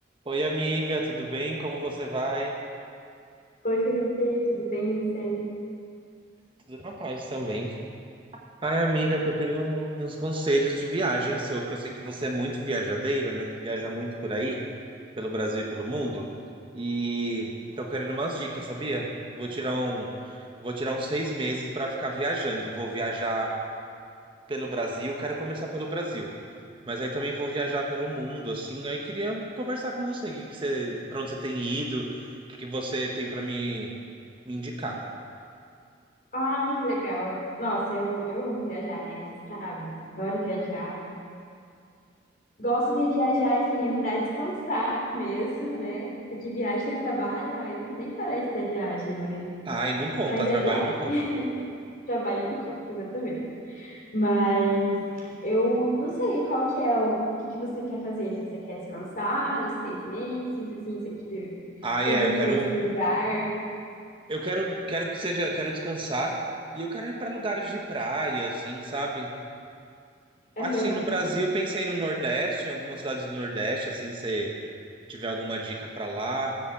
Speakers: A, on the right; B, on the left.
A: Oi, amiga, tudo bem? Como você vai?
B: Oi, Felipe, tudo bem? E você?
A: Tudo na paz também. Ai, amiga, tô querendo um- uns conselhos de viagem seu, que eu sei que você é muito viajadeira, né? Que viaja muito por aí, pelo Brasil e pelo mundo. E tô querendo umas dicas, sabia? Vou tirar um, vou tirar uns seis meses pra ficar viajando. Vou viajar pelo Brasil, quero começar pelo Brasil, mas aí também vou viajar pelo mundo, assim. Aí queria conversar com você, que que você, para onde você tem ido, o que que você tem pra me, me indicar.
B: Ai, que legal. Nossa, eu, eu amo viajar, né? Você sabe, adoro viajar. Gosto de viajar, assim, para descansar mesmo, né? Porque viagem é trabalho, ai, nem, nem parece ter viagem, mas,
A: Ai, não conta,
B: mas
A: trabalho
B: é viagem.
A: não conta.
B: <laughs> Trabalho não conta, exatamente. Mas eu não sei qual que é o, o que que você quer fazer, assim, você quer descansar nesses seis meses, assim, você você
A: Ai,
B: tem
A: é,
B: preferência
A: eu quero,
B: de lugar?
A: eu quero, quero que seja, quero descansar e eu quero ir para lugares de praia, assim, sabe?
B: Aham,
A: Assim, no Brasil, pensei no Nordeste, em algumas cidades do Nordeste, assim, se tiver alguma dica para lá.